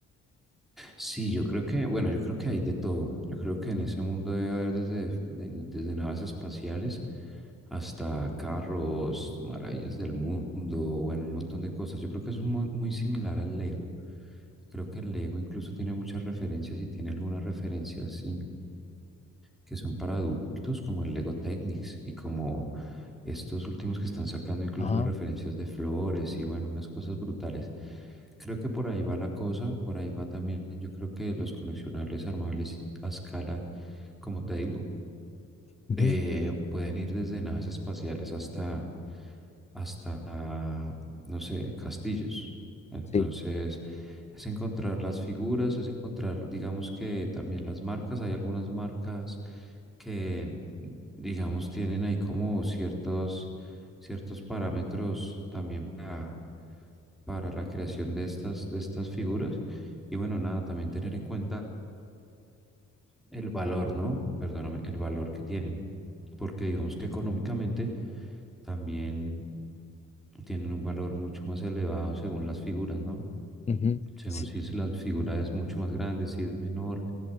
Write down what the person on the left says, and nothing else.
Ajá,
ujú,
sí,
ujú,
sí,